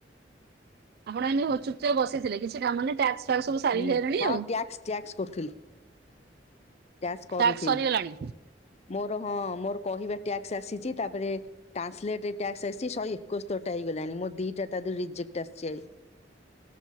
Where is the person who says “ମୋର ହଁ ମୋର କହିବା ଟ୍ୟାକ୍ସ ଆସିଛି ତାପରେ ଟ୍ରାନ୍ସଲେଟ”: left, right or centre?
Left